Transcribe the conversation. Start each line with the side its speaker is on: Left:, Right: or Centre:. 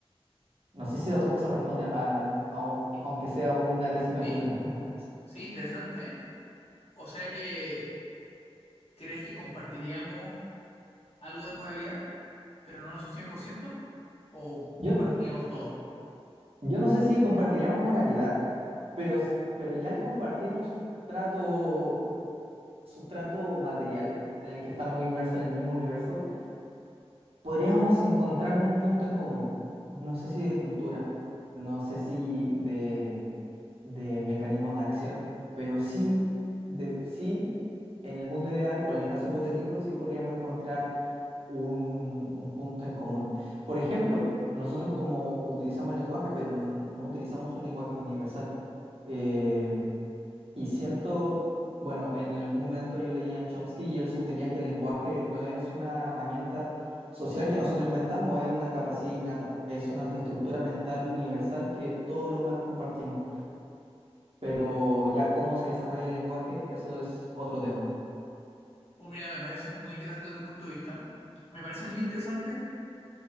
Right: No sé si eso eso responde a, a un-
Left: Y-
Right: aunque sea una décima
Left: Sí,
Right: de tu <laughs> pregunta.
Left: sí, interesante, ¿eh? O sea que, ¿crees que compartiríamos algo de moralidad, pero no es un 100%, ¿O
Right: Yo,
Left: compartiríamos todo?
Right: yo no sé si compartiríamos moralidad, pero, s- pero ya al compartir un sustrato, sustrato material en el que estamos inmersos en el mismo universo, Podríamos encontrar un punto en común. No sé si de cultura, no sé si de, de mecanismos de acción, pero sí, de, sí, en el mundo ideal o en el caso hipotético, sí podríamos encontrar un, un punto en común. Por ejemplo, nosotros como utilizamos el lenguaje, pero n- no utilizamos un lenguaje universal. eh, y siento, bueno, en algún momento yo leía a Chomsky y él sostenía que el lenguaje no es una herramienta social que nosotros inventamos, es una capacidad innata, es una estructura mental universal que todos los humanos compartimos. Pero ya cómo se desarrolla el lenguaje, eso es otro tema.
Left: Pues mira, me parece muy interesante tu punto de vista. Me parece muy interesante